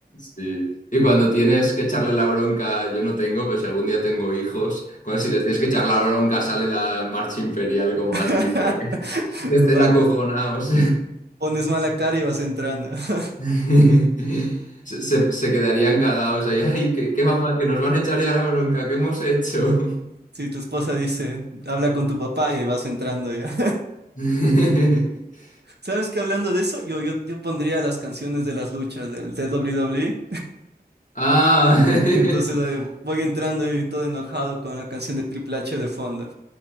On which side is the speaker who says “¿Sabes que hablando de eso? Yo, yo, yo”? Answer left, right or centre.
Right